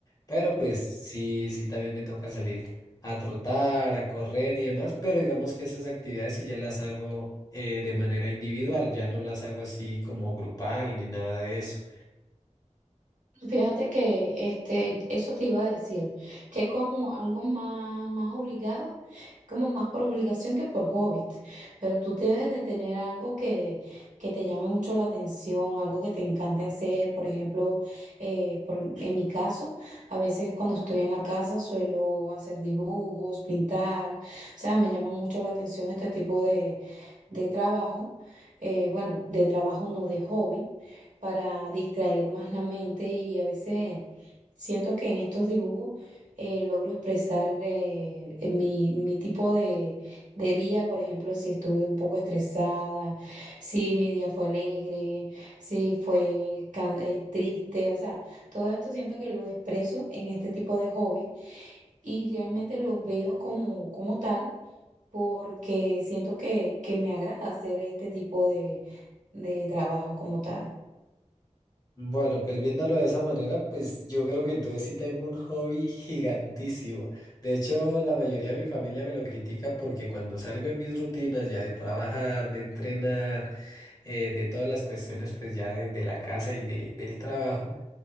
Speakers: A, on the left; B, on the right.
A: Pero pues sí, sí también me toca salir a trotar, a correr y demás, pero digamos que esas actividades sí ya las hago eh, de manera individual, ya no las hago así como grupal ni nada de eso.
B: Fíjate que este, eso te iba a decir, que es como algo más, más obligado, como más por obligación que por hobby, pero tú debes de tener algo que, que te llame mucho la atención, algo que te encante hacer, por ejemplo, eh, por- en mi caso, a veces cuando estoy en la casa suelo hacer dibujos, pintar, o sea, me llama mucho la atención este tipo de, de trabajo, eh, bueno, de trabajo no de hobby para distraer más la mente y a veces siento que en estos dibujos eh, logro expresar eh, eh, mi, mi tipo de, de día, por ejemplo, si estuve un poco estresada, si mi día fue alegre, si fue can- eh, triste, o sea, todo esto siento que lo expreso en este tipo de hobby y realmente lo veo como, como tal porque siento que, que me agrada hacer este tipo de, de trabajo como tal.
A: Bueno, pues viéndolo de esa manera, pues yo creo que entonces sí tengo un hobby gigantísimo. De hecho, la mayoría de mi familia me lo critica porque cuando salgo de mis rutinas ya de trabajar, de entrenar, eh, de todas las cuestiones pues ya de, de la casa y de, del trabajo,